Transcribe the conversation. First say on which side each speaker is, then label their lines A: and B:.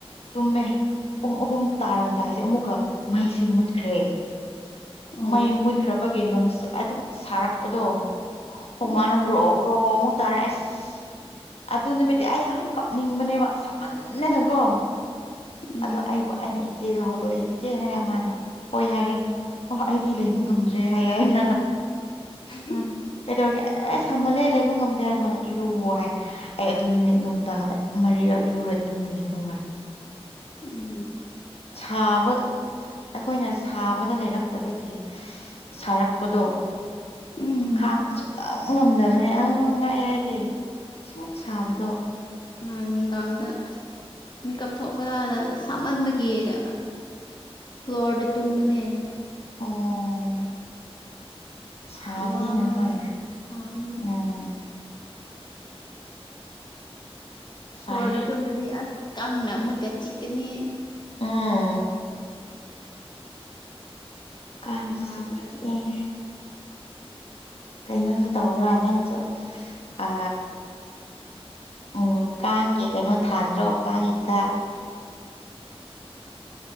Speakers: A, on the left (about 70°); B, on the left (about 45°).
A: ꯇꯨꯝꯃꯦ ꯄꯨꯡ ꯑꯍꯨꯝ ꯇꯥꯔꯝꯗꯥꯏꯁꯦ ꯑꯃꯨꯛꯀ ꯃꯩꯁꯤꯦ ꯃꯨꯠꯈ꯭ꯔꯦ
B: ꯑꯣ
A: ꯃꯩ ꯃꯨꯠꯈ꯭ꯔꯕꯒꯤ ꯅꯣꯡ ꯑꯗꯨꯝ ꯁꯥꯔꯛꯄꯗꯣ ꯍꯣ
B: ꯎꯝ
A: ꯃꯥꯅ ꯒ꯭ꯔꯣ ꯒ꯭ꯔꯣ ꯑꯃꯨꯛ ꯇꯥꯔ ꯑꯁ ꯑꯗꯨ ꯅꯨꯃꯤꯠꯇꯤ ꯑꯩ ꯌꯥꯝ ꯀꯞꯅꯤꯡꯕꯅꯦꯕ ꯁꯃꯟꯅꯅꯪꯀꯣ
B: ꯎꯝ
A: ꯑꯗꯣ ꯑꯩꯕꯨ ꯑꯩꯅ ꯆꯦꯗꯣ ꯍꯧꯗꯣꯛꯑꯦ ꯆꯦ ꯍꯥꯏꯔꯦ ꯃꯥꯗꯣ ꯍꯣꯏ ꯍꯥꯏꯔꯦꯅ ꯑꯣ ꯑꯩꯗꯤ ꯂꯩꯕ ꯉꯝꯗ꯭ꯔꯦ ꯍꯥꯏꯌꯦꯦ ꯑꯩꯅ
B: <inaudible>
A: ꯃꯥꯅ
B: <unintelligible>
A: ꯀꯩꯗꯧꯔꯒꯦ ꯑꯦ ꯁꯝꯍꯜꯂꯦ ꯂꯩꯕ ꯉꯝꯗꯦ ꯍꯥꯏꯔ ꯃꯥꯅ ꯏꯔꯨ ꯍꯥꯏ ꯑꯩ ꯑꯗꯨ ꯅꯨꯃꯤꯠ ꯅꯨꯡꯗꯥꯡ ꯃꯔꯤ ꯏꯔꯨꯔ ꯇꯨꯝꯃꯤꯅꯤ ꯈꯪꯕ꯭ꯔꯥ
B: ꯎꯝ
A: ꯍꯥꯕ ꯑꯩꯈꯣꯏꯅ ꯁꯥꯕꯗ ꯂꯩꯔꯛꯇꯕꯒꯤ ꯁꯥꯔꯛꯄꯗꯣ
B: ꯎꯝ
A: ꯈꯥꯡꯕ ꯁꯨꯛꯇ ꯑꯃꯨꯛ ꯉꯝꯗꯕꯅꯦ ꯑ ꯉꯥꯛꯑꯦ ꯍꯥꯏꯗꯤ ꯁꯤꯃꯨꯛ ꯁꯥꯕꯗꯣ
B: ꯑ ꯅꯨꯡꯗꯥꯡꯗ ꯑꯁ ꯃꯤꯦꯀꯞ ꯊꯣꯛꯄꯗꯗ ꯁꯥꯃꯟꯕꯒꯤꯗ ꯐ꯭ꯂꯣꯔꯗ ꯇꯨꯝꯕꯅꯦ
A: ꯎꯝ ꯁꯕꯅꯤ
B: ꯋꯥꯕꯗ
A: ꯅꯍꯣꯏ
B: ꯁꯥꯕꯗ
A: ꯎꯝ
B: ꯁꯣꯔ
A: ꯁꯥꯏꯌꯦ
B: ꯑꯗꯨꯃꯗꯤ ꯑꯁ ꯀꯪꯅ ꯑꯃꯨꯛꯀ ꯆꯤꯛꯀꯅꯤ
A: ꯎꯝ ꯀꯥꯡꯁꯨ
B: ꯋꯥꯕꯗ
A: ꯁꯤꯦ ꯀꯩꯅꯣꯁꯨ ꯇꯧꯕ꯭ꯔꯥ ꯅꯪꯁꯨ ꯑ ꯎꯝ ꯀꯥꯡꯒꯤ ꯀꯩꯅꯣ ꯊꯥꯟꯗ꯭ꯔꯣ ꯀꯥꯡꯒꯤ ꯍꯤꯗꯥꯛ